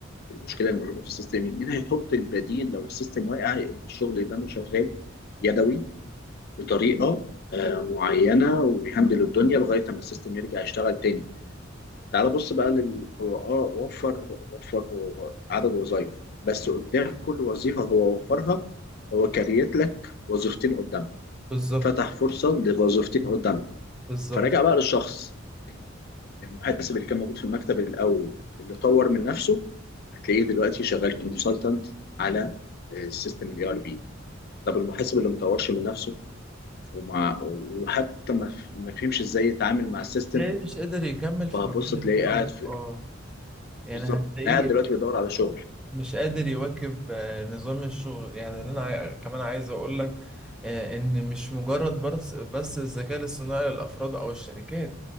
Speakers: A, on the left; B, in the centre.
A: المشكلة اللي موجودة في السيستم مين هيحط البديل لو السيستم واقع الشغل ده أنا شغال يدوي بطريقه آه، معينه ويهندل الدنيا لغايه ما السيستم يرجع يشتغل تاني تعال بص بقى للقراء وفر وفر عدد وظائف بس قدام كل وظيفه هو وفرها هو كريت لك وظيفتين قدامها
B: بالظبط
A: فتح فرصه لوظيفتين قدامها
B: بالظبط
A: فراجع بقى للشخص المحاسب اللي كان موجود في المكتب الاول اللي طور من نفسه هتلاقيه دلوقتي شغال كونسلتنت على السيستم الاي ار بي طب المحاسب اللي ما طورش من نفسه ومع وحتى ما ف- ما فهمش ازاي يتعامل مع السيستم
B: تلاقيه مش قادر يكمل في
A: فهبص
B: مجال
A: تلاقيه
B: الشغل
A: قاعد في
B: اه يعني
A: بالظبط
B: هتلاقيه
A: قاعد دلوقتي بيدور على شغل
B: مش قادر يواكب آه، نظام الشغل يعني اللي انا عاي- كمان عايز اقول لك آه، ان مش مجرد بس بس الذكاء الاصطناعي للافراد او الشركات